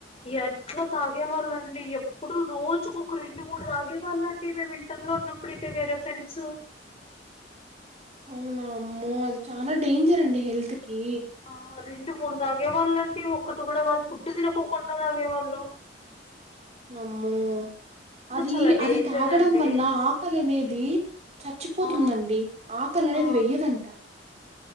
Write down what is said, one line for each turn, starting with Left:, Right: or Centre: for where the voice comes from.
Left: ఎట్లా తాగు గేవాళ్ళండి ఎప్పుడు రోజు ఒక రెండు మూడు తాగేవాళ్ళండి మేము ఇంటర్ లో ఉన్నప్పుడు అయితే వేరే ఫ్రెండ్స్
Right: అవునా అమ్మో అది చానా డేంజ్ తర్ అండి హెల్త్ కి
Left: ఆ రెండు మూడు తాగేవాళ్ళ అండి ఒకటి కూడా కాదు ఫుడ్ తినకో కొండా తాగేవాళ్ళు
Right: ఆమ్మో అది
Left: చాలా డేంజర్
Right: అది తాగడం
Left: అండి
Right: వల్ల ఆకలి అనేది చచ్చిపోతుందండి
Left: ఆ
Right: ఆకలి అనేది
Left: ఆ
Right: వెయ్యదంట